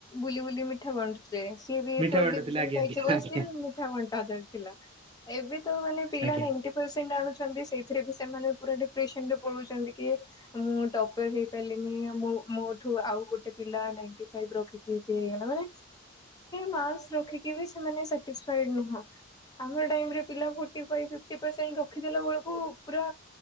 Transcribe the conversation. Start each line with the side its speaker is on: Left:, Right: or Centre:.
Left: ବୁଲି ବୁଲି ମିଠା ବଣ୍ଟୁଥିଲେ ସିଏ ବି
Right: ମିଠା
Left: ଫୋର୍
Right: ବାଣ୍ଟୁ
Left: ଡିଭିଜନ
Right: ଥିଲେ ଆଜ୍ଞା
Left: ପାଇଥିବ
Right: ଆଜ୍ଞା ଆଜ୍ଞା
Left: ଷ୍ଟିଲ ମିଠା ବଣ୍ଟାଯାଉଥିଲା ଏବେ ତ ମାନେ ପିଲା
Right: ଆଜ୍ଞା
Left: ନାଇଣ୍ଟୀ ପରସେଣ୍ଟେଜ୍ ଆଣୁଛନ୍ତି ସେଥିରେ ବି ସେମାନେ ପୁରା ଡିପ୍ରେସନରେ ପଳଉଛନ୍ତି କି ମୁ ଟପର ହେଇପାରିଲିନି ମୋଠୁ ଆଉ ଗୋଟେ ପିଲା ନାଇଣ୍ଟି ଫାଇପ ରଖି ଦେଇଛି ମାନେ ମାର୍କ ରଖିକିବି ସେମାନେ ସାଟିପ୍ସାଏଡ ନୁହଁ ଆମ ଟାଇମ ରେ ପିଲା ଫୋଟି ଫାଇପ ଫିଫ୍ଟୀ ପର୍ଷେଣ୍ଟ ରଖିଦେଲା ବେଳକୁ ପୁରା